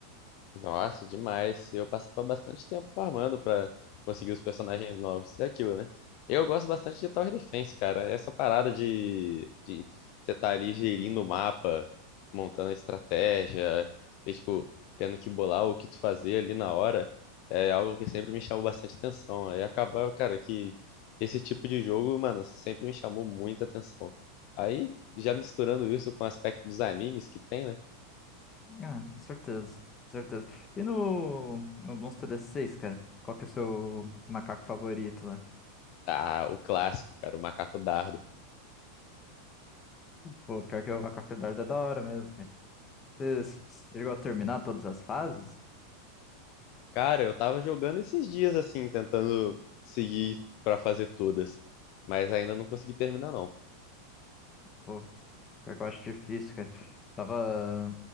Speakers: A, on the left; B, on the left.
A: Nossa, demais. Eu passava bastante tempo farmando pra conseguir os personagens novos. É aquilo, né? Eu gosto bastante de Tower Defense, cara. Essa parada de, de você tá ali gerindo o mapa, montando a estratégia, e, tipo, tendo que bolar o que tu fazer ali na hora, é algo que sempre me chamou bastante atenção. Aí acabava, cara, que esse tipo de jogo, mano, sempre me chamou muita atenção. Aí, já misturando isso com o aspecto dos animes que tem, né?
B: Ah, com certeza, com certeza. E no, no Bloons TD seis, cara? Qual que é o seu macaco favorito lá?
A: Ah, o clássico, cara, o macaco dardo.
B: Pô, pior que o macaco dardo é da hora mesmo, cara. Você s- chegou a terminar todas as fases?
A: Cara, eu tava jogando esses dias assim, tentando seguir pra fazer todas, mas ainda não consegui terminar não.
B: Pô, pior que eu acho difícil, cara. Tava